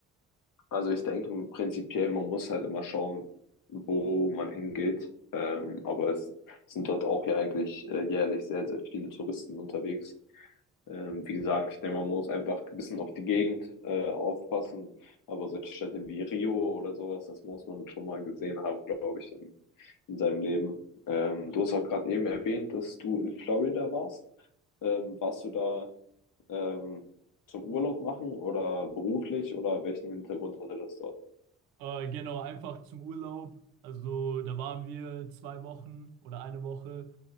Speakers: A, on the left; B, on the right.
A: also ich denke prinzipiell, man muss halt immer schauen, wo man hingeht. Ähm, aber es sind dort auch ja eigentlich äh, jährlich sehr, sehr viele Touristen unterwegs. Ähm, wie gesagt, ich denke, man muss einfach ein bisschen auf die Gegend äh, aufpassen. Aber solche Städte wie Rio oder sowas, das muss man schon mal gesehen haben, glaube ich, in, in seinem Leben. Ähm, du hast auch gerade eben erwähnt, dass du in Florida warst. Ähm, warst du da? ähm, zum Urlaub machen oder beruflich oder welchen Hintergrund hatte das dort?
B: Äh, genau, einfach zum Urlaub. Also da waren wir zwei Wochen oder eine Woche,